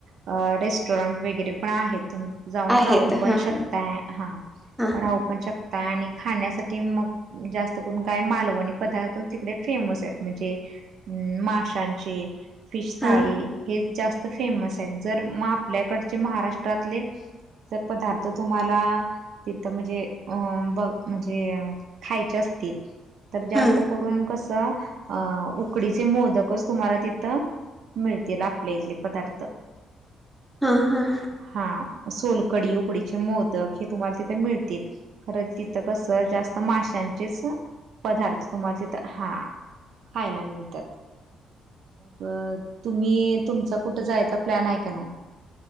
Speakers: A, on the right (about 70°); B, in the centre.
A: अ रेस्टॉरंट वगैरे पण आहेत. तुम्ही जाऊन
B: आहेत
A: राहू पण
B: हा
A: शकताय.
B: हा
A: हा
B: हा
A: राहू पण शक ता आणि खाण्यासाठी मग जास्त करून काय मालवणी पदार्थ तिकडे फेमस आहेत. म्हणजे माशांची फिश थाळी,
B: हा
A: हेच जास्त फेमस आहेत. जर म आपल्याकडचे महाराष्ट्रातले जर पदार्थ तुम्हाला तिथं म्हणजे अं ब म्हणजे खायचे असतील, तर जास्त
B: हा
A: करून कस अ उकडीचे मोदकच तुम्हाला तिथं मिळतील आपले इथले पदार्थ.
B: हां हां.
A: हा सोलकडी, उकडीचे मोदक हे तुम्हाला तिथे मिळतील. खरं तिथं कसं, जास्त माश्यांचेच पदार्थ तुम्हाला तिथं. हा. खायला मिळत्यात. प तुम्ही तुमचा कुठं जायचा प्लॅन आहे का नाही?